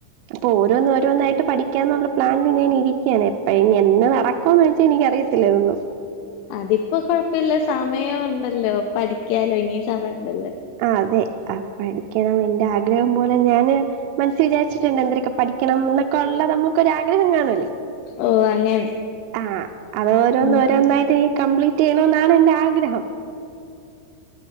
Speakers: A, on the right (about 85°); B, on the left (about 85°).
A: പ്പൊ ഓരോന്ന്ഓരോന്നായിട്ട് പഠിക്കാന്നുള്ള പ്ലാനില്നിരിക്കയാണ്പ്പ എന്ന നടക്കോന്ന് ചോച്ചാനിക്ക്‌ അറി ത്തില്ലേ രുന്നു
B: അതിപ്പോ കൊഴപ്പല്ല സമയംണ്ടല്ലോ പഠിക്ക്യാലോ ഇനി സമയണ്ടല്ലോ
A: ആഹ് അതെ പഠിക്ക്യണം ഇന്റെ ആഗ്രഹം പോലെ ഞാന് മനസിവിചാരിച്ച്ട്ട്ണ്ട് എന്തരക്കെ പഠിക്കണം ഇള്ളെ ഒള്ളത് നമുക്കൊരാഗ്രഹം കാണുവല്ലേ
B: ഓ അങ്ങനെ
A: ആഹ് അത് ഓരോന്ന്
B: ഉം
A: ഓരോന്നായിട്ട് ഇനി കംപ്ലീറ്റ് ചെയ്യണന്നാണ് എന്റെ ആഗ്രഹം